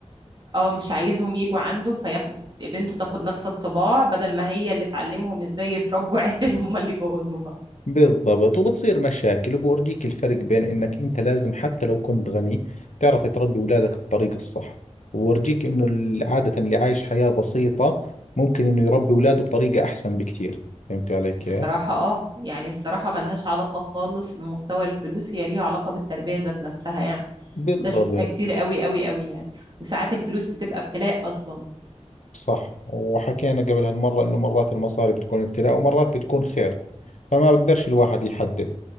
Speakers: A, on the right; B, on the left.
A: اه مش عايزهم يجوا عنده فياخد بنته تاخد نفس الطباع بدل ما هي اللي تعلمهم ازاي يتربوا <laughs> عدل هم اللي بوظوها
B: بالضبط وبتصير مشاكل وبورجيك الفرق بين انك انت لازم حتى لو كنت غني تعرف تربي اولادك بالطريقة الصح وورجيك انه ال- عادة اللي عايش حياة بسيطة ممكن انه يربي اولاده بطريقة احسن بكثير فهمتي علي كيف
A: الصراحة اه يعني الصراحة ملهاش علاقة خالص بمستوى الفلوس هي ليها علاقة بالتربية ذات نفسها يعني
B: بالضبط
A: ده شفناه كتير قوي قوي قوي يعني وساعات الفلوس بتبقى ابتلاء أصلا
B: صح وحكينا قبل هالمرة انه مرات المصاري بتكون ابتلاء ومرات بتكون خير فما بقدرش الواحد يحدد